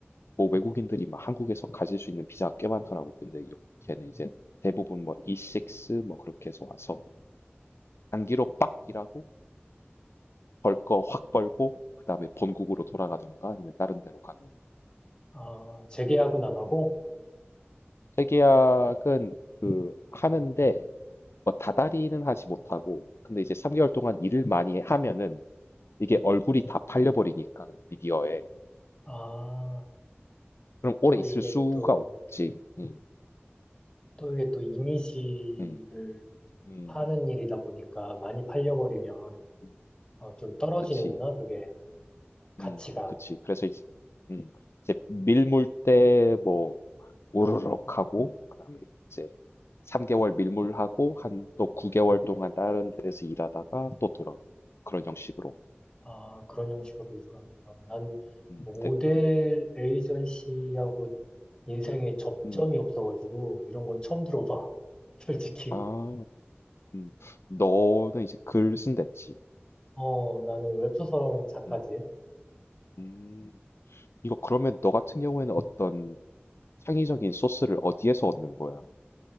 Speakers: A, on the left; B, on the left.
A: 뭐 외국인들이 막 한국에서 가질 수 있는 비자가 꽤 많더라고. 근데
B: 음.
A: 여기에는 이제 대부분 뭐 E6 뭐 그렇게 해서 와서 단기로 빡 일하고 벌 거 확 벌고 그다음에 본국으로 돌아가던가 아니면 다른 데로 가는.
B: 아, 재계약은 안 하고?
A: 음. 재계약은 그 하는데 뭐 다달이는 하지 못하고 근데 이제 3개월 동안 일을 많이 하면은 이게 얼굴이 다 팔려버리니까 미디어에
B: 아,
A: 그럼 오래
B: 또
A: 있을
B: 이게
A: 수가
B: 또,
A: 없지. 음,
B: 또 이게 또 이미지를
A: 음, 음,
B: 파는 일이다 보니까 많이 팔려버리면
A: 음.
B: 어, 좀 떨어지는구나,
A: 그치.
B: 그게. 가치가.
A: 음, 그치. 그래서 이제, 음, 이제 밀물 때 뭐, 우르륵 하고, 그다음에 이제 3개월 밀물하고, 한 또 9개월 동안 다른 데서 일하다가 또 돌아오고. 그런 형식으로.
B: 아, 그런 형식으로 이루어가는구나. 난
A: 음,
B: 뭐 모델
A: 대, 음,
B: 에이전시하고 인생에 접점이
A: 음.
B: 없어가지고 이런 건 처음 들어봐. <laughs> 솔직히.
A: 아, 음. 너는 이제 글 쓴댔지.
B: 어, 나는 웹소설
A: 음,
B: 작가지.
A: 음, 음. 이거 그러면 너 같은 경우에는 어떤 창의적인 소스를 어디에서 얻는 거야?